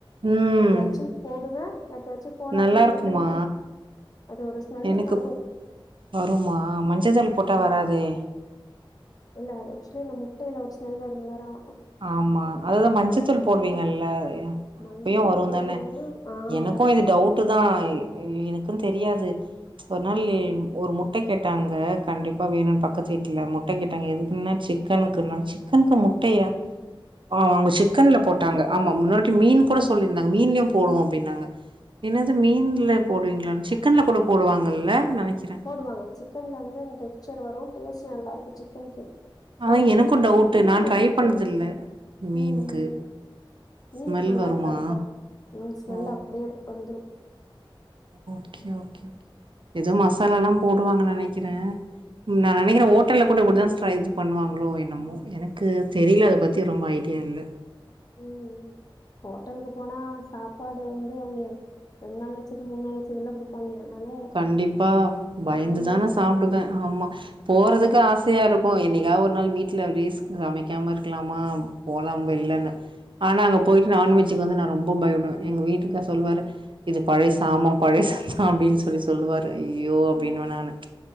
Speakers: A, on the right (about 65°); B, on the left (about 45°).
A: ம்
B: எப்பயாச்சும் போடுவே எப்பயாச்சு போடாமயு
A: நல்லா இருக்குமா
B: விட்ருவேன் அது ஒரு ஸ்மெல்லு
A: எனக்கு
B: வரு
A: வருமா மஞ்சத்தூள் போட்டா வராதே
B: இல்ல ஆக்சுவலி இந்த முட்டையில ஒரு ஸ்மெல் வரும்லாரா
A: ஆமா அதுதான் மஞ்சத் தூள் போடுவீங்கல்ல யா
B: மஞ்சத்தூள்
A: அப்பயும் வரும்
B: போடுவே
A: தான
B: ஆ
A: எனக்கும்
B: வரு
A: இது டவுட் தான் எனக்கும் தெரியாது ஒரு நாள் ஒரு முட்ட கேட்டாங்க கண்டிப்பா வேணும்னு பக்கத்து வீட்ல முட்ட கேட்டாங்க எதுக்குன்னா சிக் கனுக்குனா சிக்கன்க்கு முட்டயா ஆ அவுங்க சிக்கன்ல போட்டாங்க ஆமா முன்னாகுட்டி மீன் கூட சொல்லியிருந்தாங்க மீன்லயும் போடுவோம் அப்டின்னாங்க என்னது
B: ம்
A: மீன்ல போடுவீங்களான்னு சிக்கன்ல கூட போடுவாங்கல்ல நனைக்கிறேன்
B: போடுவாங்க சிக்கன்ல வந்து அந்த டெக்ஸர் வரும் டேஸ்ட் நல்லா இருக்கும் சிக்கனுக்கு
A: அதா
B: ஆனா மீனுக்கு
A: எனக்கு டவுட்டு நா
B: எனக்கு
A: ட்ரை பண்ணதில்ல
B: கொ
A: மீனுக்கு
B: ம் ம் மீனுக்கு
A: ஸ்மெல்
B: நல்லா
A: வருமா
B: இருக்காதுப்பா மீன் ஸ்மெல்
A: ஓ
B: அப்டியே வந்துரும்
A: ஓகே ஓகே எதோ மசாலல்லாம் போடுவாங்க நனக்கிறேன் நா
B: ஆமா
A: நெனக்கிறேன் ஹோட்டல கூட இப்டி தான் ஸ்ட்ரா இது பண்ணுவாங்களோ என்னமோ எனக்கு தெரில அத பத்தி ரொம்ப ஐடியா இல்ல
B: உம் உம் ஹோட்டலுக்கு போனா சாப்பாடு வந்து அவிங்க ரெண்டு நாள் வச்சது மூணு நாள் வச்சதுலாம் குடுப் ப்பாய்ங்க அதனால
A: கண்டிப்பா பயந்து
B: நான்வெஜ்
A: தான் நா சாப்டுவேன் ஆமா போறதுக்கு ஆசையா இருக்கும் என்னைக்கா ஒரு நாள் வீட்ல வீஸ்க் சமைக்காம இருக்கலாமா போலாம் வெள்ளன்னு ஆனா அங்க போயிட்டு நான்வெஜ்க்கு வந்து நா ரொம்ப பயப்படுவேன் எங்க வீட்டுக்காரு சொல்லுவாரு இது பழைய சாமம் பழைய சான் அப்டின்னு சொ சொல்லி சொல்லுவாரு ஐயோ அப்டின்னு
B: ம்
A: வேண்